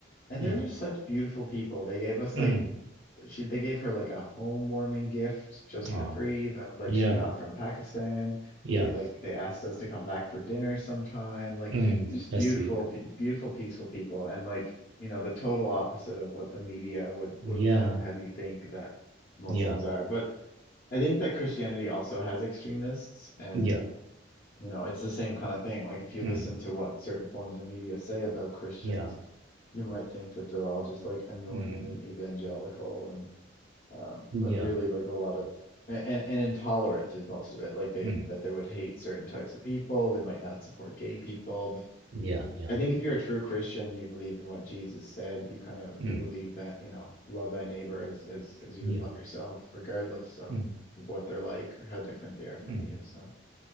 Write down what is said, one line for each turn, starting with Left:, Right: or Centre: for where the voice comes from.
Left: and
Right: yeah.
Left: they were just such beautiful people. They gave us
Right: Mm,
Left: like she they gave her like a home warming gift just for
Right: oh,
Left: free that like
Right: yeah,
Left: she got from Pakistan.
Right: yeah.
Left: They like they asked us to come back for dinner sometime. Like
Right: Mm,
Left: they're just
Right: that's
Left: beautiful,
Right: sweet.
Left: pe- beautiful, peaceful people, and like you know the total opposite of what the media would
Right: Yeah,
Left: would kind of have you think that Muslims
Right: yeah,
Left: are. But I think that Christianity also has extremists, and
Right: yeah.
Left: you know it's the same kind of thing. Like if you
Right: Mm,
Left: listen to what certain forms of media say about Christians,
Right: yeah,
Left: you might think that they're all just like annoyingly
Right: mm,
Left: evangelical and um,
Right: yeah,
Left: but really like a lot of a- and and intolerant is most of it. Like they
Right: mm,
Left: that they would hate certain types of people. They might not support gay people. But
Right: yeah, yeah,
Left: I think if you're a true Christian, you believe in what Jesus said. You kind of
Right: mm,
Left: you believe that you know love thy neighbor as as as you
Right: yeah,
Left: would love yourself, regardless of
Right: mm,
Left: what they're like or how different they are from
Right: mm.
Left: you. So